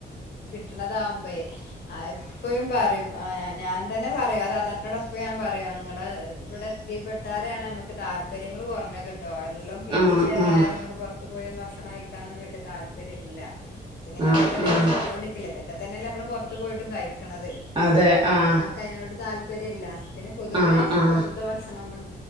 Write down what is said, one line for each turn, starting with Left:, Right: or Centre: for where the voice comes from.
Left: കിട്ട്ണതാവുമ്പെ എപ്പഴും പറിം. അ ഞാൻ തന്നെ പറയും. ആ താത്തനോട് ഞാൻ എപ്പഴും ഞാ പറ ഇങ്ങള് ഇവിടെ എത്തിപ്പെട്ടാരാണ് നമ്മക്ക്- താല്പര്യങ്ങൾ കുറഞ്ഞത് കേട്ടോ എല്ലാം കിട്ടി
Right: ആഹ്
Left: ചേലയാലേ
Right: ആഹ്
Left: നമുക്ക് പുറത്ത് പോയൊന്ന് ഭക്ഷണം കഴിക്കാനൊന്നും വലിയ താല്പര്യം- താല്പര്യമല്ല ഇത് ഇങ്ങനെ
Right: ആഹ്
Left: ഇടേൽ ഇടേൽ
Right: ആഹ്
Left: കിട്ടിയൊണ്ട്- അതൊക്ക തന്നെ നമ്മള് പുറത്ത് പോയിട്ടും കഴി ക്കണതെ
Right: അതെ
Left: അപ്പൊ
Right: ആഹ്
Left: പിന്നെ നമുക്ക് അതിനോട് താൽ താപ്പര്യല്ല. പിന്നെ പൊതുവേ
Right: ആഹ് ആഹ്
Left: പുറത്തുത്തെ ഭക്ഷണം കൊ